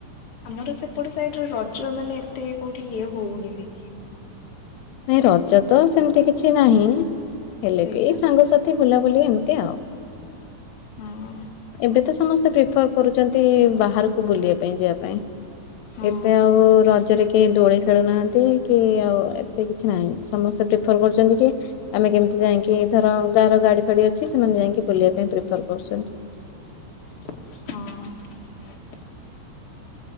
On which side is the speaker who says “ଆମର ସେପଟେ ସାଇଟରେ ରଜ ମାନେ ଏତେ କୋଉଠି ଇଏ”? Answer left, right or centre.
Left